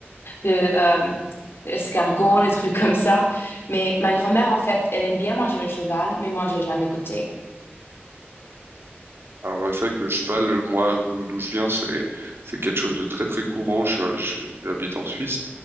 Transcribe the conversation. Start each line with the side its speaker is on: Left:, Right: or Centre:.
Left: de euh, escargots, des trucs comme ça. Mais ma grand-mère, en fait, elle aime bien manger le cheval, mais moi, j'ai jamais goûté.
Right: Alors c'est vrai que le cheval, moi, d'où d'où je viens, c'est c'est quelque chose de très très courant. Je, je- j'habite en Suisse